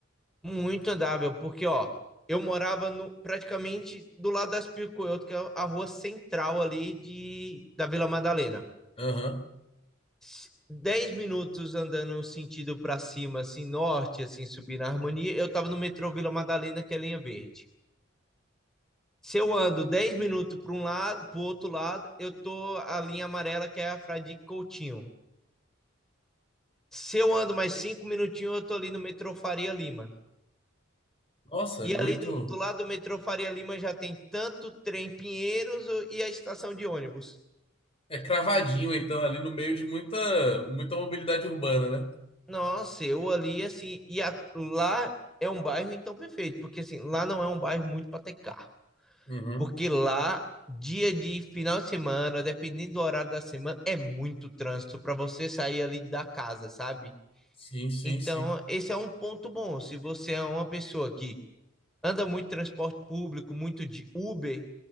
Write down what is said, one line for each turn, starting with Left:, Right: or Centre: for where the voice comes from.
Centre: Muito andável, porque ó, eu morava no, praticamente do lado das Picuelto, que é a rua central ali de, da Vila Madalena.
Left: Aham.
Centre: S- Dez minutos andando sentido para cima, assim, norte, assim, subir na harmonia, eu tava no metrô Vila Madalena, que é linha verde. Se eu ando 10 minutos para um lado, para o outro lado, eu tô a linha amarela que é a Fradique Coutinho. Se eu ando mais 5 minutinhos, eu tô ali no metrô Faria Lima.
Left: Nossa,
Centre: E
Left: é muito.
Centre: ali do, do lado do metrô Faria Lima já tem tanto trem Pinheiros e a estação de ônibus.
Left: É cravadinho, então, ali no meio de muita, muita mobilidade urbana, né?
Centre: Nossa, eu ali assim, e a- lá é um bairro então perfeito, porque assim, lá não é um bairro muito para ter carro,
Left: Uhum.
Centre: porque lá dia de final de semana, dependendo do horário da semana, é muito trânsito para você sair ali da casa, sabe?
Left: Sim, sim,
Centre: Então,
Left: sim.
Centre: esse é um ponto bom. Se você é uma pessoa que anda muito transporte público, muito de Uber,